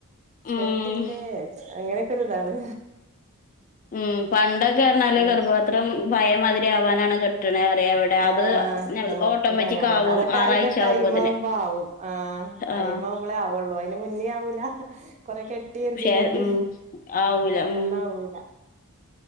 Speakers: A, on the left; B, on the right.
A: ഉം.
B: കെട്ടില്ലേ അങ്ങനെക്കെരു ഇതാണ്.
A: ഉം പണ്ടൊക്കെ പറഞ്ഞാല്
B: ഓഹ്
A: ഗർഭപാത്രം പഴയ മാതിരി ആവാനാണ് കെട്ടണേ പറയാ ഇവിടെ
B: ആഹ്
A: അത്
B: <unintelligible>
A: ഓട്ടോമാറ്റിക് ആവും
B: അതൊക്കെ
A: ആറാഴ്ച
B: അയിന്റെ ടൈമാവുമ്പോ
A: ആവുമ്പോത്തിന്
B: ആവും ആഹ് ടൈമാവു
A: ആഹ്
B: മ്പളെ ആവുള്ളൂ അയിന് മുന്നേ ആവൂല കൊറെ ട്ടി കാരുതിക്കാണ്ട്
A: പക്ഷെ ഉം ആവൂല
B: പെട്ടന്നാവൂല.
A: ഉം